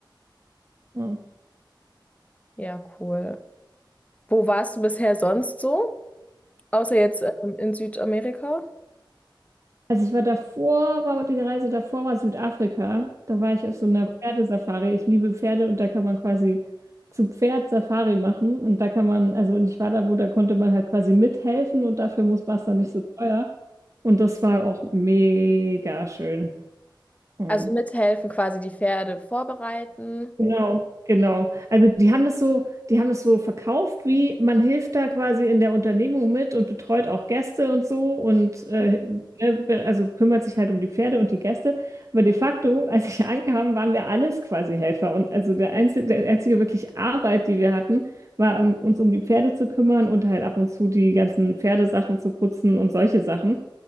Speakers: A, on the right; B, on the left.
A: Ja.
B: Ja, cool. Wo warst du bisher sonst so? Außer jetzt ähm, in Südamerika?
A: Also ich war davor, war die Reise davor war Südafrika. Da war ich auf so einer Pferdesafari. Ich liebe Pferde und da kann man quasi zu Pferd Safari machen und da kann man, also und ich war da, wo da konnte man halt quasi mithelfen und dafür muss war es dann nicht so teuer. Und das war auch mega schön. Mhm.
B: Also mithelfen, quasi die Pferde vorbereiten.
A: Genau, genau. Also die haben das so, die haben das so verkauft, wie man hilft da quasi in der Unternehmung mit und betreut auch Gäste und so und äh,
B: Mhm.
A: ne, be- also kümmert sich halt um die Pferde und die Gäste. Aber de facto, als ich ankam, waren wir alles quasi Helfer. Und also der einzige, der einzige wirklich Arbeit, die wir hatten, war, ähm, uns um die Pferde zu kümmern und halt ab und zu die ganzen Pferdesachen zu putzen und solche Sachen.